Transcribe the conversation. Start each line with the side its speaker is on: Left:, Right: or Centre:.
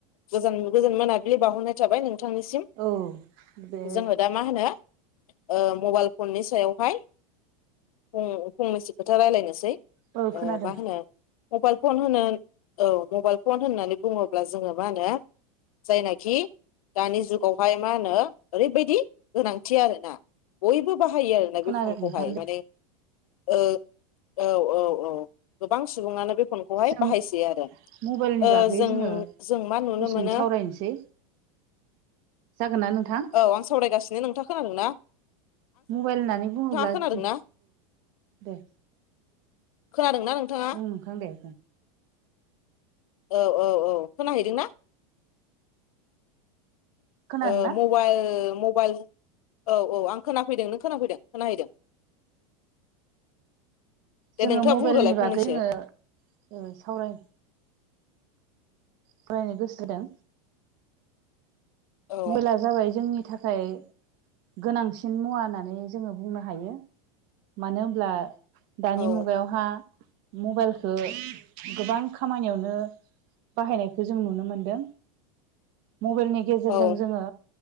Left: गोजान गोजान मोनाबिलि बहरनाय थाबाय नों नोंथांनिसिम
Right: औ बे
Left: जोङो दा मा होनो ओ मबाइल फननि सायावहाय फ फंनैसो खोथा रायलायनोसै
Right: औ खोनादों
Left: ओ मा होनो मबाइल फन होनो औ मबाइल फन होननानै बुङोब्ला जोङो मा होनो जायनाखि दानि जुगावहाय मा होनो ओरैबायदि गोनांथि आरोना बयबो बाहायो आरोना
Right: खोनादों
Left: बे फनखौहाय
Right: नोंथां दे
Left: माने औ औ औ गोबां सुबुङानो बे फनखौहाय
Right: जों
Left: बाहायसै आरो
Right: मबाइलनि
Left: ओ
Right: बागै
Left: ओम
Right: जोङो
Left: जों मा नुनो
Right: गुसुं
Left: मोनो
Right: सावरायनोसै जागोन ना नोंथां
Left: औ आं सावरायगासिनो नोंथा खोनादों ना
Right: मबाइल होननानै बुङोब्लाऔ
Left: खोनादोंना
Right: दे
Left: खोनादोंना नोंथाङा
Right: बुं नोंथां दे
Left: औ औ औ खोनाहैदोंना
Right: खोनादोंना
Left: ओ मबाइल मबाइल औ औ आं खोनाफैदों नों खोनाफैदों खोनाहैदों दे
Right: जोङो
Left: नोंथाङा
Right: मबाइलनि
Left: बुंग्रोलाय
Right: बागै
Left: फंनैसो
Right: जोङो ओ सावराय फरायनो गोसो जादों
Left: औ
Right: <unintelligible> जाबाय जोंनि थाखाय गोनांसिन मुवा होननानै जोंङो बुंनो हायो। मानो होनोमब्ला दानि
Left: औ
Right: मुगायावहा मबाइलखो गोबां खामानियावनो बाहायनायखौ जों नुनो मोनदों मबाइलनि गेजेरजों
Left: औ
Right: जोंङो